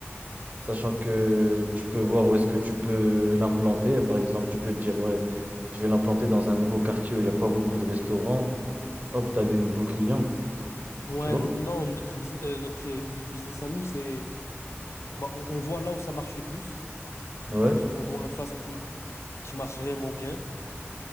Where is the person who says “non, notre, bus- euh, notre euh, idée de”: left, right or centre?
Left